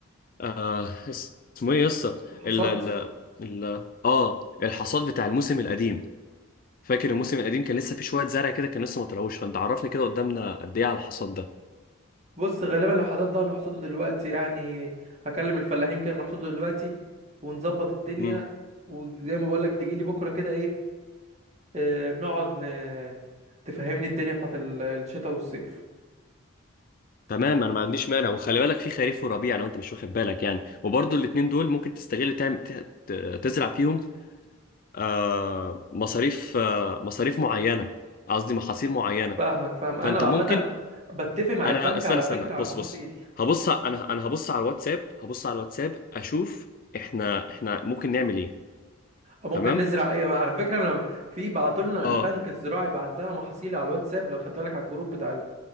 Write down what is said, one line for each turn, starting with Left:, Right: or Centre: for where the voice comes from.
Left: آه اس- اسمه ايه يسطا
Right: الحصاد
Left: ال ال ال اه الحصاد بتاع الموسم القديم فاكر الموسم القديم كان لسه في شوية زرع كده كان لسه ما طلعوش فانت عرفني كده قدامنا قد ايه على الحصاد
Right: بص غالبا لو حصاد ده هنحصده دلوقتي يعني هكلم الفلاحين كانوا نحصده دلوقتي ونظبط الدنيا
Left: ده
Right: وزي ما بقولك تجيلي بكرة كده ايه آه نقعد ن... تفهمني الدنيا بتاعت ال- الشتاء والصيف
Left: تمام انا ما عنديش مانع وخلي بالك في خريف وربيع لو انت مش واخد بالك يعني وبرضو الاتنين دول ممكن تستغل تعمل ت- ت- تزرع فيهم آه مصاريف آه مصاريف معينة قصدي محاصيل معينة
Right: فاهمك فاهم انا
Left: فانت ممكن
Right: عامة بتفق مع
Left: انا
Right: البنك
Left: استنى
Right: على
Left: استنى
Right: فكرة على
Left: بص
Right: المحاصيل
Left: بص هبص ع- انا انا هبص على الواتساب هبص على الواتساب اشوف احنا احنا ممكن نعمل ايه
Right: أو ممكن
Left: تمام
Right: نزرع ايه على فكرة انا في بعتولنا
Left: اه
Right: البنك الزراعي بعت لنا محاصيل على الواتساب لو خدت بالك على الجروب بتاع